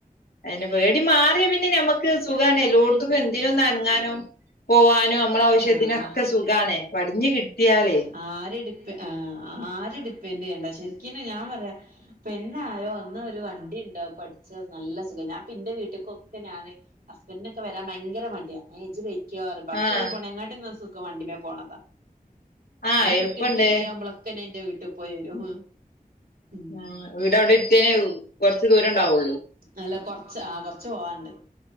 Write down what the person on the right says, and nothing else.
ആഹ്
ആരെട് ആഹ് ആരിം ഡിപ്പെൻഡറ് ചെയ്യണ്ട ശര്ക്കിനും ഞാൻ പർയാ. പെണ്ണായോ ഒന്ന് ഒരു വണ്ടി ഇണ്ടോ പഠിച്ച നല്ല സുഖ ഞാൻപ്പന്റെ വീട്ട്ക്കൊക്കെ ഞാന്. ഹസ്ബൻഡിനൊക്കെ വരാൻ ഭയങ്കര മട്യ ഇജ് പൊയ്ക്ക്യോറിം.
ബസേറി പോണേങ്ങാട്ടിന്നാ സുഖം വണ്ടിമേ പോണതാ
ഞാൻ
എട്ക്കെടുക്ക് ഫ്രീ ആവുമ്പൊളെ ക്കെ എന്റെ വീട്ടി പോയി വരും. ഉം
അല്ല കൊറച്ച് ആഹ് കൊറച്ച് പോവാണ്ട്